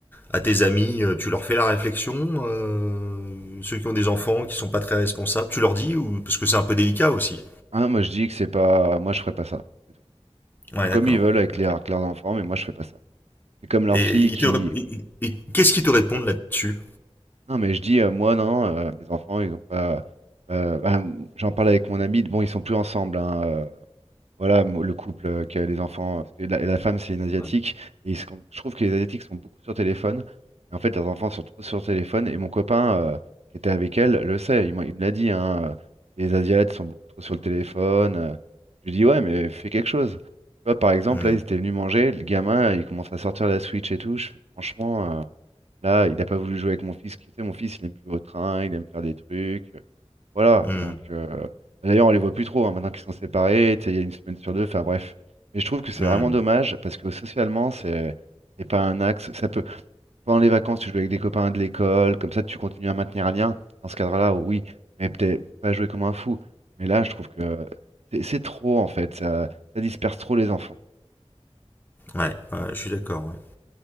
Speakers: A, on the left; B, on the right.
A: à tes amis euh, Tu leur fais la réflexion euh, Ceux qui ont des enfants, qui sont pas très responsables, tu leur dis ou parce que c'est un peu délicat aussi.
B: hein, moi, je dis que c'est pas... Moi, je ferais pas ça. c'est tout.
A: Ouais,
B: Ils font
A: d'accord.
B: comme ils veulent avec
A: Ok.
B: les, avec leurs enfants, mais moi, je fais pas ça. C'est comme leur
A: Et,
B: fille
A: ils
B: qui...
A: te rép- ils- ils- qu'est-ce qu'ils te répondent là-dessus
B: Non, mais je dis, euh, moi, non, non, euh, mes enfants, ils ont pas... euh, bah, j'en parle avec mon ami, bon, ils sont plus ensemble, hein, euh, Voilà, mo- le couple euh, qui a les enfants. Parce que la, la femme, c'est une Asiatique.
A: Ouais.
B: Et ce qu'on- je trouve que les Asiatiques sont beaucoup sur téléphone. Et en fait, leurs enfants sont trop sur téléphone. Et mon copain, euh, qui était avec elle, le sait. Il, m'a- il me l'a dit. hein, euh, les Asiates sont beaucoup trop sur le téléphone. euh. Je lui dis, ouais, mais fais quelque chose. Tu vois, par exemple,
A: Hmm,
B: là, ils étaient venus manger. Le gamin, il commence à sortir la Switch et tout. Je fais, franchement, euh, là, il n'a pas voulu jouer avec mon fils. Tu sais, mon fils, il aime jouer au train, il aime faire des trucs. euh, Voilà.
A: hmm,
B: Donc. D'ailleurs, on les voit plus trop hein, maintenant qu'ils sont séparés. tu sais, Il y a une semaine sur deux. Enfin bref. Mais je trouve que c'est
A: hmm.
B: vraiment dommage parce que socialement, c'est c'est pas un axe. Ça peut pendant les vacances, tu joues avec des copains de l'école, comme ça, tu continues à maintenir un lien. Dans ce cadre-là, oui, mais peut-être pas jouer comme un fou. Mais là, je trouve que c'est c'est trop en fait. Ça, ça disperse trop les enfants
A: Ouais, ouais, je suis d'accord. ouais.